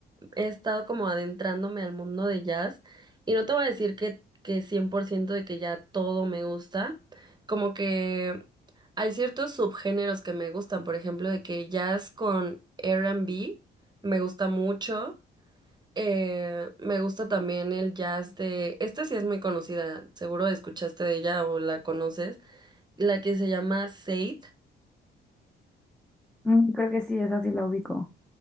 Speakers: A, on the right; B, in the centre.
A: he estado como adentrándome al mundo de jazz y no te voy a decir que, que 100% de que ya todo me gusta, como que hay ciertos subgéneros que me gustan, por ejemplo, de que jazz con R&B me gusta mucho. Eh, me gusta también el jazz de... Esta sí es muy conocida, seguro escuchaste de ella o la conoces, la que se llama Sade.
B: Mm, creo que sí, esa sí la ubico.